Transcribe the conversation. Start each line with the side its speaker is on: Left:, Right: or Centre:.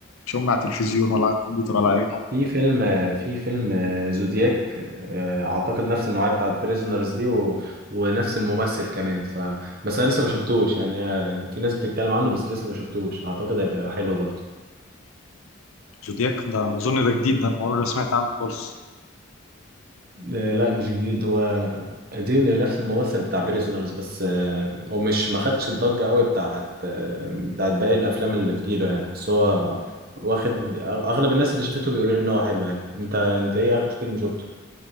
Left: مش هقوم من على التلفزيون ولا على الكمبيوتر ولا اي حاجه
Right: في فيلم في فيلم زودياك آه، اعتقد نفس النوعيه بتاعت بريزونرز دي و... ونفس الممثل كمان ف بس انا لسه ما شفتوش يعني آه، في ناس بتتكلم عنه بس لسه ما شفتوش اعتقد هيبقى حلو برضه
Left: زودياك ده اظن ده جديد ده انا عمري ما سمعت عنه خالص
Right: آه، لا مش جديد هو قديم لنفس الممثل بتاع بريزونرز بس آه، هو مش ما خدش الضجه قوي بتاعت آه، بتاعت باقي الافلام اللي في جيله يعني بس هو واخد اغلب الناس اللي شافته بيقولوا ان هو حلو يعني انت انت ايه اخر فيلم شفته